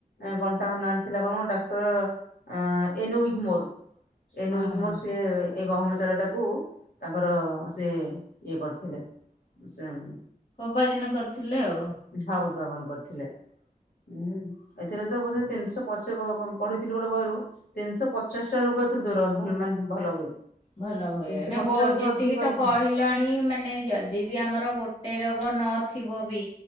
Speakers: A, on the left; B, on the left.
A: କଣ ତାଙ୍କ ନା ଥିଲା କଣ ଡକ୍ଟର ଏନୋଉଗ୍ମୋର। ଏନୋଉଇଗମୋର
B: ହଁ ହଁ
A: ସେ ଏଇ ଗହମଚାରା ଟା କୁ-ତାଙ୍କର ସେ ଇଏ କରିଥିଲେ ସେ ଉଁ
B: ରବାର ଦିନ କରିଥିଲେ ଆଉ।
A: ଭା-ଉଦ୍ଭାବନ କରିଥିଲେ। ଉଁ, ଏଥିରେ ତ ବୋଧେ ତିନିଶହ ପଶ୍ୟକ ପ- ପଢ଼ିଥିଲୁ ଗୋଟେ ବହିରୁ। ତିନିଶହ ପଚାଶଟା ରୋଗ ଏଥିରୁ ଦୂର ଭଲ ମାନେ ଭଲ ହୁଏ।
B: ଭଲ ହୁଏ,
A: ତିନିଶହ
B: ନା
A: ପଚାଶରୁ
B: ବ- ଯେତିକି
A: ଅଧିକ
B: ତ
A: ରୋଗ ହୁଁ
B: କହି ଲଣି ମାନେ ଯଦି ବି ଆମର ଗୋଟେ ରୋଗ ନଥିବ ବି